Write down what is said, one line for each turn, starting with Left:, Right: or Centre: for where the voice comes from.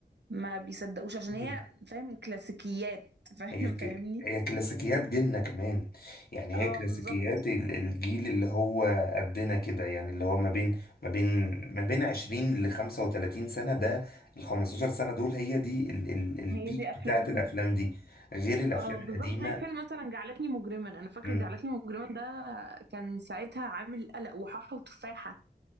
Right: ما بيصدقوش عشان
Left: مم.
Right: هي فاهم كلاسيكيات <laughs> فاهم
Left: هي ك...
Right: فاهمني
Left: هي كلاسيكيات جيلنا كمان يعني
Right: اه
Left: هي كلاسيكيات
Right: بالظبط
Left: ال- الجيل اللي هو قدنا كده يعني اللي هو ما بين ما بين ما بين 20 ل 35 سنة ده ال 15 سنة دول هي دي ال... ال... البيك
Right: هي دي افلامها
Left: بتاعت الأفلام دي غير الأفلام
Right: اه بالظبط
Left: القديمة
Right: زي فيلم مثلا جعلتني مجرما انا فاكره
Left: مم.
Right: جعلتني مجرما ده كان ساعتها عامل قلق وحاحه وتفاحه